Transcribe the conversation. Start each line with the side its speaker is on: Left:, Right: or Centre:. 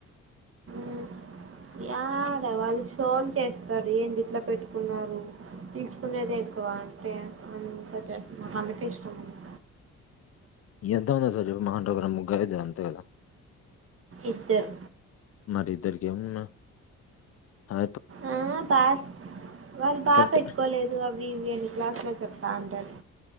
Right: మ్ యాడ వాళ్ళు షోలు చేస్తారు ఏంది ఇట్లా పెట్టుకున్నారు పిల్చుకునేద ఎక్కువ ఎక్కువ అంటే అంతా చేస్తున్నా అందుకే ఇష్టం ఉండదు
Left: ఎంతమంది వస్తారు చెప్పు మహా అంటే ఒక ముగ్గురైతారు అంతేకదా
Right: ఇద్దరు
Left: మన ఇద్దరికీ ఏమన్నా ఆ
Right: ఆ బా వాళ్ళు బాపెట్టుకోలేదు
Left: కరెక్ట్
Right: అవి ఇవి ఎన్ని క్లాసులు చేప్తా ఉంటారు